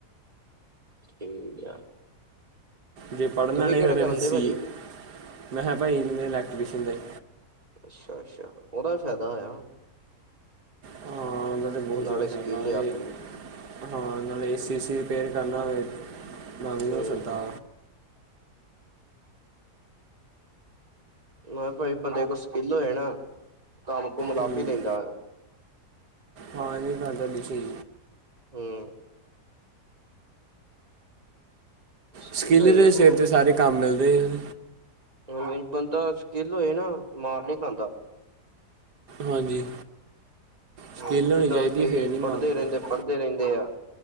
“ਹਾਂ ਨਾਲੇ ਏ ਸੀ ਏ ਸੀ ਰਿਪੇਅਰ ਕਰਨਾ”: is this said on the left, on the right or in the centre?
Right